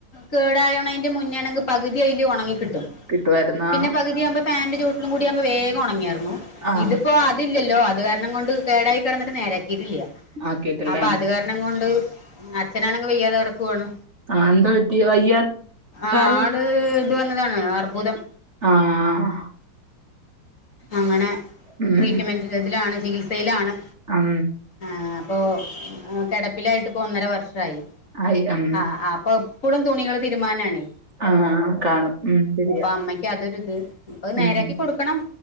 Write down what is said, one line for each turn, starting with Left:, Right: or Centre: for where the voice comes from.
Left: കേടായണയ്ന്റെ മുന്നേണെങ്കിൽ പകുതി അയിൽ ഉണങ്ങി കിട്ടും.
Right: കിട്ടുമായിരുന്നാ
Left: പിന്നെ പകുതിയാവുമ്പ ഫാന്റെ ചൂട്ടിലും കൂടി ആവുമ്പോ വേഗം ഉണങാരുന്നു
Right: ആ
Left: ഇത് ഇപ്പൊ അതില്ലല്ലോ അത് കാരണം കൊണ്ട് കേടായി കെടന്നിട്ട് നേരാക്കിയിട്ടില്ലയ
Right: ആക്കിയിട്ടില്ല
Left: അപ്പൊ അത് കാരണം കൊണ്ട് അച്ഛനാണങ്ക വെയ്യാതെ കെടക്കുവാണ്
Right: ആ എന്തോ പറ്റി വയ്യ
Left: ആഹ്
Right: പ്രായോ
Left: ആള് ത് വന്നതാണ് അർബുദം.
Right: ആഹ്
Left: അങ്ങനെ
Right: ഉം
Left: ട്രീറ്റ്മെന്റ്ലാ തിലാണ് ചികിത്സയിലാണ്
Right: ആം
Left: ആഹ് അപ്പൊ കിടപ്പിലായിട്ട്പ്പോ ഒന്നര വർഷായി
Right: ആയി ഉം
Left: ആഹ് ആഹ് അപ്പൊ എപ്പളും തുണികൾ തിരുമ്മനാണ്
Right: ആഹ് കാണും ഉംമ് ശരിയാ-
Left: അമ്മയ്ക്ക് അതൊരിത് ഇപ്പ നേരാക്കി
Right: ഉം
Left: കൊടുക്കണം